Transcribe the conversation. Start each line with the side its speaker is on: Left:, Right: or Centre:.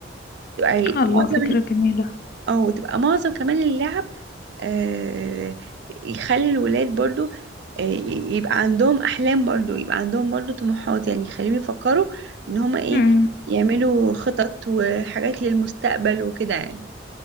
Right: تبقى ال-
Left: الله
Right: معظم
Left: فكرة
Right: ال-
Left: جميلة
Right: اه تبقى معظم كمان اللعب آه، يخلي الولاد برضو آه، يبقى عندهم احلام برضو يبقى عندهم برضو طموحات يعني يخليهم يفكروا ان هما ايه
Left: امم
Right: يعملوا خطط وحاجات للمستقبل وكده يعني